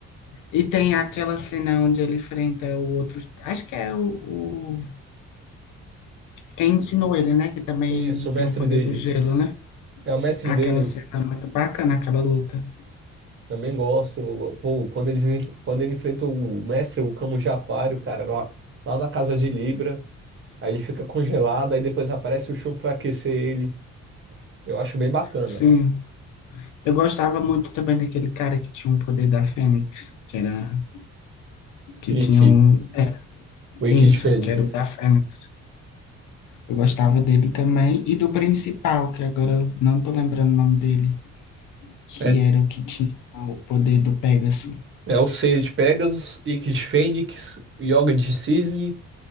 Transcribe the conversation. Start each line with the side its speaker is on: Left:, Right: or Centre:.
Left: E tem aquela cena onde ele enfrenta o outro. Acho que é o, o- quem ensinou ele, né? Que também
Right: Isso, o mestre
Left: tem o poder
Right: dele.
Left: do gelo, né?
Right: É o mestre
Left: Aquela
Right: dele,
Left: cena muito bacana, aquela luta.
Right: também gosto. Pô, quando eles quando ele enfrenta o mestre, o Camus de Aquário, cara, lá, lá na casa de Libra. Aí ele fica congelado, aí depois aparece o Shun pra aquecer ele. Eu acho bem bacana.
Left: Sim, eu gostava muito também daquele cara que tinha um poder da Fênix, que era, que
Right: Ikki,
Left: tinha um, é,
Right: o Ikki
Left: isso,
Right: de Fênix.
Left: que era o da Fênix. Eu gostava dele também e do principal, que agora eu não tô lembrando o nome dele, que
Right: É,
Left: era o que tinha o poder do Pegasus.
Right: é o Seiya de Pegasus, Ikki de Fênix, Yoga de Cisne,